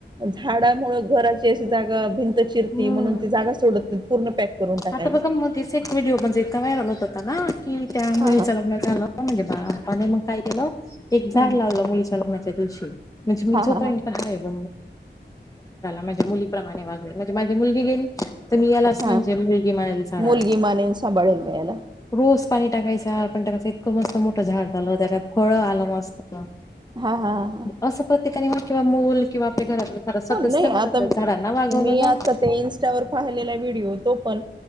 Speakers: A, on the right (about 25°); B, on the left (about 20°).
A: झाडामुळे घराची अशी जागा भिंत चिरती
B: हम्म
A: म्हणून ती जागा सोडत नाहीत. पूर्ण पॅक करून टाकायला
B: आता बघा मध्येच एक व्हिडिओ म्हणजे व्हायरल होत होता ना कि त्या
A: हा
B: मुलीच्या
A: हा
B: लग्न झालं म्हणजे बापाने मग काय केलं एक झाड
A: हा
B: लावलं मुलीच्या लग्नाच्या म्हणजे मी जो
A: हा हा
B: पण का आहे ब <inaudible> <inaudible> माझ्या मुलीप्रमाणे वाघवेल म्हणजे माझी मुलगी गेली तर मी याला
A: हा
B: म्हणजे मुलगी म्हणाली झाडाला
A: मुलगी मानेन सांभाळेल मी याला
B: रोज पाणी टाकायच पण ते इतकं मस्त मोठं झाड झालं त्यात फळं आलं मस्त
A: हा हा हा हा
B: असं प्रत्येकाने मग किंवा मूल किंवा आपल्या घरातले खरं सदस्य
A: हो नाही
B: म्हणून
A: आता मी
B: झाडांना वागवलं ना
A: आता ते इन्स्टावर पाहिलेला व्हिडिओ तो पण